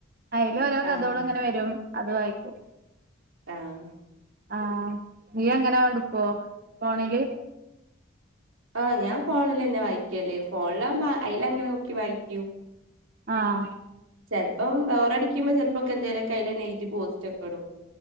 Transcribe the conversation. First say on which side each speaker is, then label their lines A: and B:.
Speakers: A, on the right; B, on the right.
A: അയ്ലോരോ കഥോള്
B: ആഹ്
A: ഇങ്ങനെ വരും അത് വായിക്കും
B: ആഹ്
A: ആഹ് നീ അങ്ങനാ ഇട്ക്കോ ഫോണില്
B: ആഹ് ഞാൻ ഫോണിലെന്നെ വായിക്കല് ഫോണിലാവുമ്പൊ അയ്ല അങ്ങനെ നോക്കി വായിക്കും
A: ആഹ്
B: ചെൽപ്പം ബോറടിക്കുമ്പൊ ചെൽപ്പൊക്ക എന്തേലൊക അയ്ലന്നെ എഴ്തി പോസ്റ്റ് ഒക്ക ഇടും